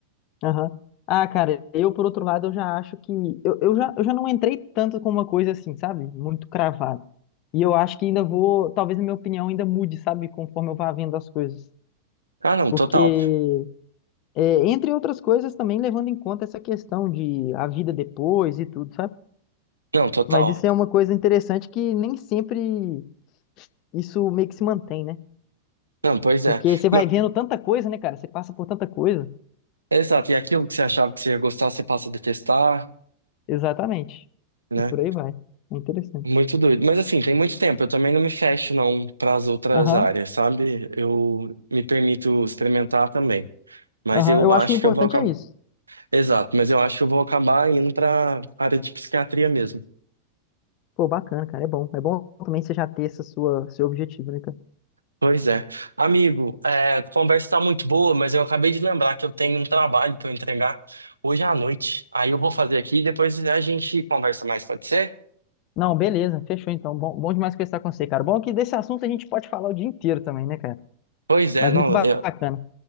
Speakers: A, on the left; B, on the right.
A: aham. Ah, cara, eu, por outro lado, eu já acho que. Eu, eu já, eu já não entrei tanto com uma coisa assim, sabe? Muito cravada. E eu acho que ainda vou. Talvez a minha opinião ainda mude, sabe? Conforme eu vá vendo as coisas.
B: Ah, não,
A: Porque,
B: total.
A: é, entre outras coisas, também levando em conta essa questão de a vida depois e tudo, sabe?
B: Não, total.
A: Mas isso é uma coisa interessante que nem sempre isso meio que se mantém, né?
B: Não, pois
A: Porque
B: é.
A: você vai
B: Ma-
A: vendo tanta coisa, né, cara? Você passa por tanta coisa.
B: exato, e aquilo que você achava que você ia gostar, você passa a detestar,
A: Exatamente.
B: né?
A: E por aí vai. É interessante.
B: Muito doido. Mas assim, tem muito tempo. Eu também não me fecho, não, para as outras
A: Aham,
B: áreas, sabe? Eu me permito experimentar também. Mas
A: aham.
B: eu
A: Eu
B: acho
A: acho que o importante
B: que eu vou acabar.
A: é isso.
B: Exato, mas eu acho que eu vou acabar indo para área de psiquiatria mesmo.
A: Pô, bacana, cara. É bom. É bom também você já ter essa sua, seu objetivo, né, cara?
B: Pois é. Amigo, é, a conversa tá muito boa, mas eu acabei de lembrar que eu tenho um trabalho para entregar hoje à noite. Aí eu vou fazer aqui e depois a gente conversa mais, pode ser?
A: Não, beleza. Fechou, então. Bom, bom demais conversar com você, cara. Bom que desse assunto a gente pode falar o dia inteiro também, né, cara?
B: Pois é,
A: Mas
B: não,
A: muito ba-
B: eu,
A: bacana.